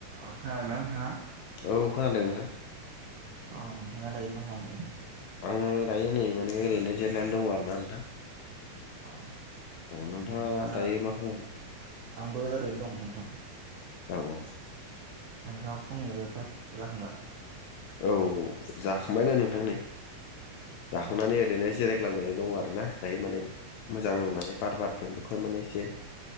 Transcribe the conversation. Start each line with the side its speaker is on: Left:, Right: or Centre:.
Right: अ खोनादोंना नोंथाङा
Left: औ खोनादों नोंथां
Right: अ नोंथांङा दायो मा खालामदों
Left: ओम दायो नै माने ओरैनो जिरनानै दङ आरोना नोंथां
Right: औ
Left: औ
Right: नोंथाङा
Left: दायो मा खालामगासिनो
Right: आंबो ओरैनो दं नोंथां
Left: औ औ
Right: नोंथाङा फुंनि ब्रेखफास जाखांबाय
Left: औ जाखांबायनो नोंथां नै जाखांनानै
Right: औ
Left: ओरैनो जिराय गोलांनानै दङ आरो ना दायो माने मोजां माने बार बारदों बेखौनो माने एसे